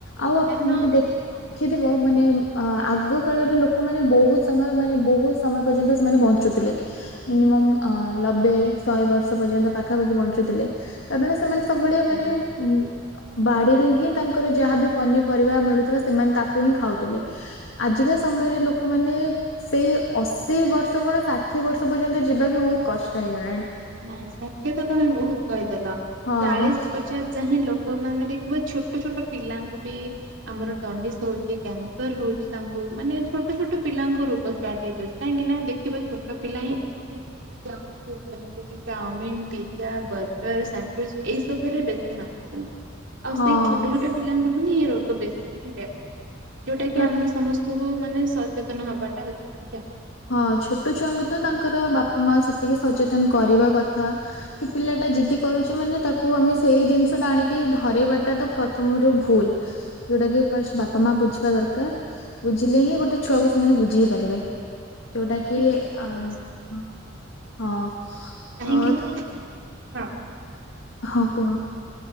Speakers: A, on the left; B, on the right.
A: ଆଉ
B: କାରଣ
A: ମାନେ ଦେଖ
B: ହଁ।
A: ମାନେ ଅ ଆଗ କାଳର ଲୋକମାନୋନେ ବହୁତ ସମୟ ମାନେ ବହୁତ ସମୟ ପର୍ଯ୍ୟନ୍ତ ସେମାନେ ବଞ୍ଚୁଥିଲେ ମିନିମମ୍ ନବେ ଶହେ ବର୍ଷ ପର୍ଯ୍ୟନ୍ତ ପାଖାପାଖି ବଞ୍ଚୁଥିଲେ କାରଣ ସେମାନେ
B: ଠିକ
A: ସବୁବେଳେ
B: କଥା
A: ମାନେ
B: କହିଲ।
A: ଉ ବାଡିରୁ ହିଁ ତାଙ୍କର ଯାହାବି ପନିପରିବା ମିଳୁଥିଲା ସେମାନେ ତା କୁ ହିଁ ଖାଉଥିଲେ ଆଜିକା ସମୟରେ ଲୋକମାନେ ସେଇ ଅଶୀ ବର୍ଷ କ ଷାଠିଏ ବର୍ଷ ପର୍ଯ୍ୟନ୍ତ ଯିବା ବି ବହୁତ କଷ୍ଟ ହେଇଗଲାଣି
B: ନାଇଁ ସାଥି ତ ତମେ ବହୁତ କହିଦେଲ
A: ହଁ
B: ଚାଳିଶ ପଚାଶ ଯାାଇ ଲ ଲୋକ ମାନେ ଦେଖିବ ଛୋଟ ଛୋଟ ପିଲାଙ୍କୁ ବି ଆମର ଦଣ୍ଡିସ ହଉଛି କ୍ୟାନସର ହଉଛି ତାଙ୍କୁ ମାନେ ଛୋଟ ଛୋଟ ପିଲାଙ୍କୁ ରୋଗ ଷ୍ଟାର୍ଟ ହେଇଯାଉଛି କାହିଁକି ନା ଦେଖିବ ଛୋଟ ପିଲା ହିଁଙ୍କ ଫୁଡ ଯେମିତି। ଚାଉମିିନ ପିଜ୍ଜା ବର୍ଗର ସାଣ୍ଡିଚ ଏଇ ସବୁ ରେ ବେଶୀ ମାଧଛନ୍ତି ଆଉ
A: ହଁ
B: ସେଇ ଛୋଟ ଛୋଟ ପିଲାଙ୍କଠୁ ର ବେଶୀ ବ୍ୟାପୁଛି ଯୋଉଟା
A: ପ୍ର
B: କି ଆମ ସମସ୍ତଙ୍କୁ ମାନେ ସଚ ତନ ହବାଟା ନିହା
A: ହଁ ଛୋଟ ଛୁଆଙ୍କୁ ତ ତା ଙ୍କର ବାପା ମା ସେତିକି ସଚେତନ୍ କରିବା କଥା କି ପିଲା ଟା ଯିଦି କରୁଛି ମାନେ ତାକୁ ଆମେ ସେଇ ଜିନିଷ ଟା ଆଣିକି ଧରେଇବାଟା ତ ପ୍ରଥମରୁ ଭୁଲ୍ ଯୋଉଟା କି ଫାଷ୍ଟ୍ ବାପା ମା ବୁଝିବା ଦରକାର୍ ବୁଝିଲେ ହିଁ ଗୋଟେ ଛୁଆକୁ ସେମାନେ ବୁଝେଇ ପାରିବେ। ଯୋଉଟା କି
B: ଠିକ କଥା
A: ଆଁ
B: କହିଲ ସାଙ୍ଗ
A: ହଁ। ହଁ।
B: କାହିଁକି
A: ତ
B: ନା ହଁ କୁହ।
A: ହଁ କୁହ।